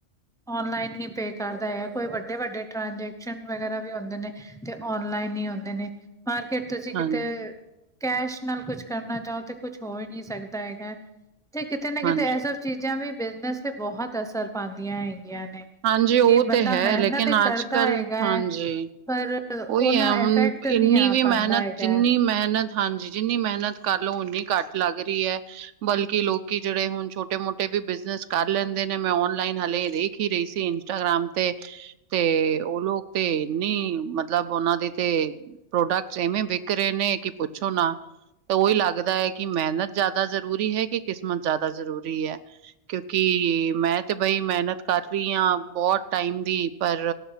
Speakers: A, in the centre; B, on the right (about 75°).
A: ਔਨਲਾਈਨ ਹੀ ਪੇ ਕਰਦਾ ਐ, ਕੋਈ ਵੱਡੇ-ਵੱਡੇ ਟ੍ਰਾਂਜੈਕਸ਼ਨ ਵਗੈਰਾ ਵੀ ਹੁੰਦੇ ਨੇ ਤੇ ਔਨਲਾਈਨ ਈ ਆਉਂਦੇ ਨੇ, ਮਾਰਕੀਟ ਤੁਸੀ ਕਿਤੇ,
B: ਹਾਂਜੀ,
A: ਕੈਸ਼ ਨਾਲ ਕੁਛ ਕਰਨਾ ਚਾਓ ਤੇ ਕੁਛ ਹੋ ਈ ਨੀ ਸਕਦਾ ਹੈਗਾ ਤੇ ਕਿਤੇ ਨਾ ਕਿਤੇ
B: ਹਾਂਜੀ।
A: ਐਸਾ ਚੀਜ਼ਾਂ ਵੀ ਬਿਜਨਸ ਤੇ ਬਹੁਤ ਅਸਰ ਪਾਂਦੀਆਂ ਹੈਗੀਆਂ ਨੇ।
B: ਹਾਂਜੀ, ਉਹ
A: ਕਿ ਬੰਦਾ
B: ਤੇ ਹੈ
A: ਮਿਹਨਤ
B: ਲੇਕਿਨ
A: ਤੇ ਕਰਦਾ
B: ਅੱਜ-ਕੱਲ,
A: ਹੈਗਾ
B: ਹਾਂਜੀ।
A: ਹੈ ਪਰ ਉਹ
B: ਉਹੀ
A: ਨਾ
B: ਹੈ ਹ,
A: ਇਫੈਕਟ ਨਹੀਂ
B: ਇੰਨੀ
A: ਆ
B: ਵੀ
A: ਪਾਉਂਦਾ
B: ਮਿਹਨਤ,
A: ਹੈਗਾ।
B: ਜਿੰਨੀ ਮਿਹਨਤ ਹਾਂਜੀ, ਜਿੰਨੀ ਮਿਹਨਤ ਕਰ ਲੋ ਓਨੀ ਘੱਟ ਲੱਗ ਰੀ ਐ। ਬਲਕਿ ਲੋਕੀ ਜੇੜੇ ਹੁਨ ਛੋਟੇ ਮੋਟੇ ਵੀ ਬਿਜਨਸ ਕਰ ਲੈਂਦੇ ਨੇ ਮੈਂ ਓਨਲਾਈਨ ਹਲੇ ਦੀ ਦੇਖ ਈ ਰਈ ਸੀ ਇੰਸਟਾਗ੍ਰਾਮ ਤੇ। ਤੇ ਉਹ ਲੋਕ ਤੇ ਏਨੀ ਮਤਲਬ ਉਹਨਾ ਦੇ ਤੇ ਪ੍ਰੋਡਕਟ ਏਵੇਂ ਵਿਕ ਰਹੇ ਨੇ ਕਿ ਪੁੱਛੋ ਨਾ। ਤਾਂ ਓਈ ਲੱਗਦਾ ਐ ਕਿ ਮਿਹਨਤ ਜ਼ਿਆਦਾ ਜ਼ਰੂਰੀ ਹੈ ਕਿ ਕਿਸਮਤ ਜ਼ਿਆਦਾ ਜ਼ਰੂਰੀ ਐ। ਕਿਉਂਕਿ ਮੈਂ ਤੇ ਬਈ ਮਿਹਨਤ ਕਰ ਰਈ ਆਂ ਬਹੋਤ ਟਾਈਮ ਦੀ ਪਰ